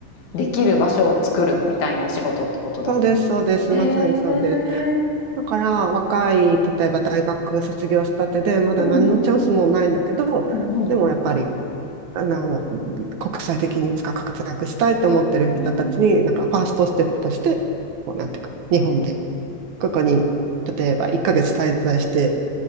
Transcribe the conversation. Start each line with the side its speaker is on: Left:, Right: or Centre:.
Left: できる場所を作るみたいなお仕事ってことだ。
Right: そうです、そうです、
Left: へえ。
Right: まさにそうです。だから若い、例えば大学卒業したてで、まだ何のチャンスもないんだけど、
Left: うん。うんうん
Right: でもやっぱり、あの、国際的にいつか活躍したいと思ってる人たちに、
Left: うーん。
Right: なんかファーストステップとして、こうなんていうか、日本で、ここに、例えば1ヶ月滞在して、